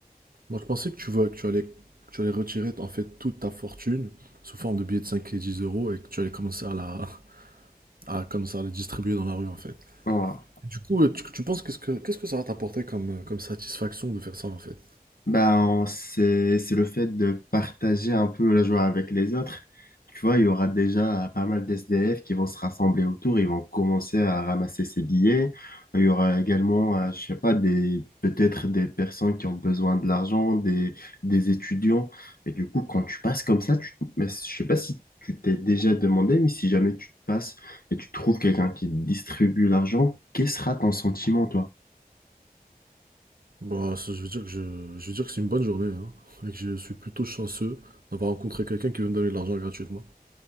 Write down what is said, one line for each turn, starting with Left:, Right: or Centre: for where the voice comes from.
Right: moi je pensais que tu vas, que tu allais, que tu allais retirer en fait toute ta fortune sous forme de billets de 5 et 10 euros et que tu allais commencer à la, <laughs> à, comme ça, à les distribuer dans la rue en fait.
Left: Voilà.
Right: Et du coup, euh, tu, tu penses qu'est-ce que, qu'est-ce que ça va t'apporter comme, euh, comme satisfaction de faire ça en fait?
Left: Ben, c'est, c'est le fait de partager un peu la joie avec les autres. Tu vois, il y aura déjà pas mal d'SDF qui vont se rassembler autour, ils vont commencer à ramasser ces billets. Il y aura également, euh, je sais pas, des, peut-être des personnes qui ont besoin de l'argent, des, des étudiants. Et du coup, quand tu passes comme ça, tu, mais je sais pas si tu t'es déjà demandé, mais si jamais tu passes et tu trouves quelqu'un qui distribue l'argent, quel sera ton sentiment,
Right: Bah, ça, je veux dire que je, je veux dire que c'est une bonne journée hein, et que je suis plutôt chanceux d'avoir rencontré quelqu'un qui veut me donner de l'argent gratuitement.